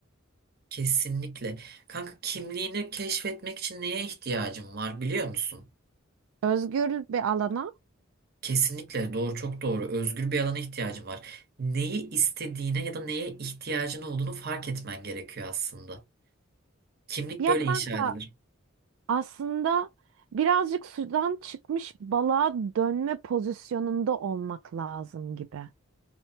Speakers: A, on the right (about 50°); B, on the right (about 80°).
A: Kesinlikle. Kanka kimliğini keşfetmek için neye ihtiyacın var biliyor musun?
B: Özgür bir alana
A: Kesinlikle doğru çok doğru. Özgür bir alana ihtiyacın var. Neyi istediğine ya da neye ihtiyacın olduğunu fark etmen gerekiyor aslında. Kimlik
B: ya
A: böyle inşa
B: kanka
A: edilir.
B: Aslında birazcık sudan çıkmış balığa dönme pozisyonunda olmak lazım gibi.